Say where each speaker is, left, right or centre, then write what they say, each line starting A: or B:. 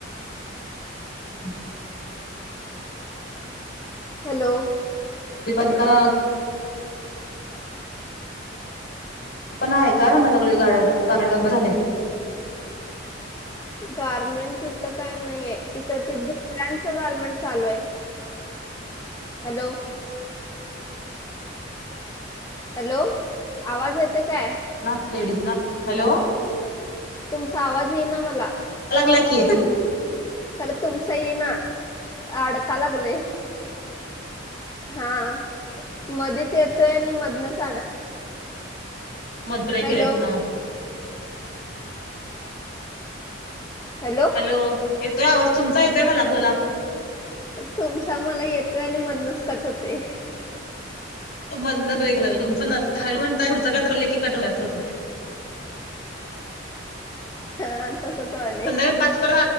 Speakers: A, on the left; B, on the left.
A: हां
B: हॅलो.
A: ते बंद करां आपणं आहे कायं म्हणणांला लगले गांड गं झाले
B: गारमेंट इथं कायं नाहींय इथं ते दुसऱ्यांचं गारमेंट चालूं आहे. हॅलो. हॅलो आवांज येते कायं?
A: ना, लेडीज ना, हॅलो?
B: तुमचा आवाज येई ना, मला.
A: या लागलाय की.
B: खरं तुमचा येई ना, अडका लागलंय. हां, मधीच येतोय आणि मधनच आडक
A: मधरेक
B: हॅलो
A: हा <unintelligible>
B: हॅलो?
A: हॅलो? येतोय आवाज, तुमचा येतोय मला, बोला.
B: तुमचा मला येतोय आणि मधनच कट होतोय.
A: मधन ब्रेक लागला, तुमं हू म्हणताय, पुढचं काय कट <unintelligible> यचं होते.
B: हं तसच व्हायले.
A: संध्याकाळी पाच पर,